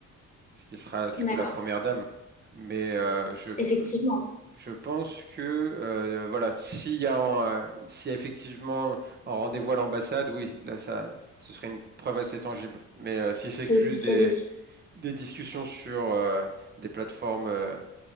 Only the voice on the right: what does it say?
ce qui sera du
coup la première dame. Mais euh, je,
je pense que euh, voilà, s'il y a, un- euh, s'il y a effectivement un rendez-vous à l'ambassade, oui, là ça, ce serait une preuve assez tangible. Mais euh, si c'est
que
juste des des discussions sur euh, des plateformes, euh,